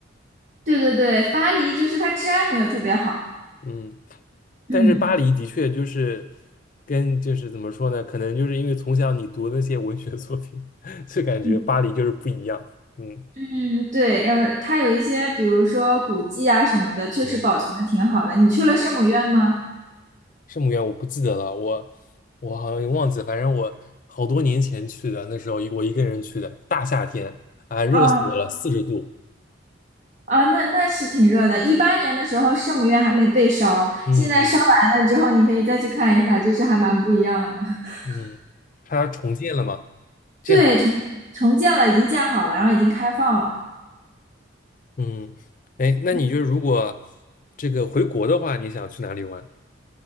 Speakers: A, on the right; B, on the left.
A: 对对对，巴黎就是它治安没有特别好。
B: 嗯，
A: 嗯
B: 但是巴黎的确就是跟就是怎么说呢？可能就是因为从小你读那些文学作品，<laughs> 就感觉巴黎就是不一样。
A: 嗯
B: 嗯
A: 嗯，对，呃，它有一些，比如说古迹啊什么的，确实保存的挺好的。
B: 嗯。
A: 你去了圣母院吗？
B: 圣母院我不记得了，我我好像也忘记了，反正我好多年前去的，那时候一我一个人去的，大夏天啊，热死我了，
A: 啊
B: 四十度，
A: 啊，那那是挺热的。一八年的时候，圣母院还没被烧，
B: 嗯
A: 现在烧完了之后，你可以再去看一下，就是还蛮不一样的。<laughs>
B: 嗯嗯，它重建了嘛，建好了，
A: 对，重重建了，已经建好了，然后已经开放了。
B: 嗯，哎，那你就是如果
A: 嗯，
B: 这个回国的话，你想去哪里玩？